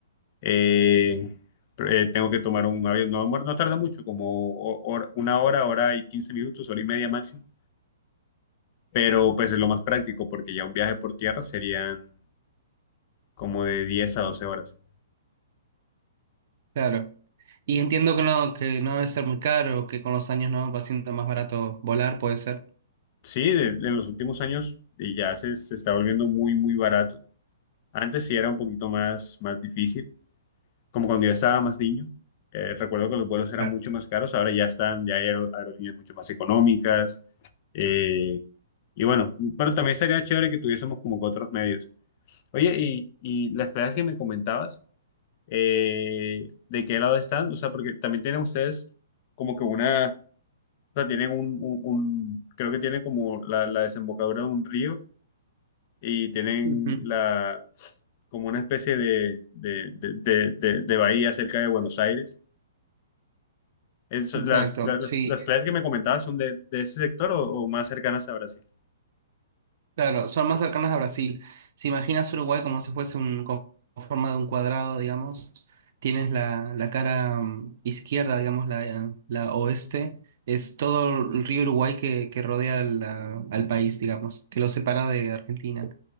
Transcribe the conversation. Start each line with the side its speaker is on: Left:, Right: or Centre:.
Left: eh, pr- eh, tengo que tomar un avión. No, no tarda mucho, como ho- hora- una hora, hora y quince minutos, hora y media máximo pero pues es lo más práctico porque ya un viaje por tierra serían como de 10 a 12 horas.
Right: claro. Y entiendo que no, que no debe ser muy caro, que con los años no va siendo más barato volar, puede ser.
Left: Sí, de- en los últimos años eh, ya se, se está volviendo muy, muy barato. Antes sí era un poquito más, más difícil, como cuando yo estaba más niño. eh, recuerdo que los vuelos eran
Right: Claro.
Left: mucho más caros, ahora ya están, ya hay aer- aerolíneas mucho más económicas. eh, y bueno, pero también sería chévere que tuviésemos como que otros medios. Oye, y, y las playas que me comentabas, eh, de qué lado están, o sea, porque también tienen ustedes como que una, o sea, tienen un, un- un- creo que tienen como la, la desembocadura de un río y tienen
Right: Ujú,
Left: la, como una especie de, de, de, de- de- de bahía cerca de Buenos Aires. Es- las,
Right: Exacto,
Left: las,
Right: sí.
Left: las playas que me comentabas son de, de ese sector o, o más cercanas a Brasil.
Right: Claro, son más cercanas a Brasil. Si imaginas Uruguay como si fuese un, con forma de un cuadrado, digamos, tienes la, la cara mm, izquierda, digamos, la, la oeste, es todo el río Uruguay que, que rodea la- al país, digamos, que lo separa de Argentina.